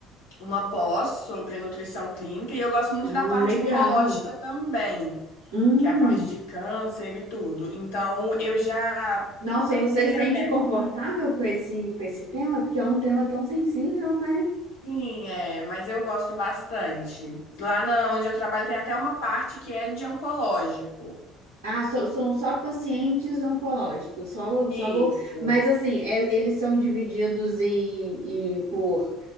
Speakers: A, on the left; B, on the right.
A: uma pós sobre nutrição clínica e eu gosto muito
B: Ah,
A: da parte
B: legal.
A: oncológica também,
B: Hum.
A: que é a parte de câncer e tudo. Então, eu já
B: Nossa,
A: tentei
B: você se sente
A: até
B: confortável com esse, com esse tema? Porque é um tema tão sensível, né?
A: Sim, é, mas eu gosto bastante. Lá na, onde eu trabalho tem até uma parte que é de oncológico.
B: Ah, so- são só pacientes oncológicos, só, só
A: Isso.
B: vou... Mas assim, é- eles são divididos em, em- por,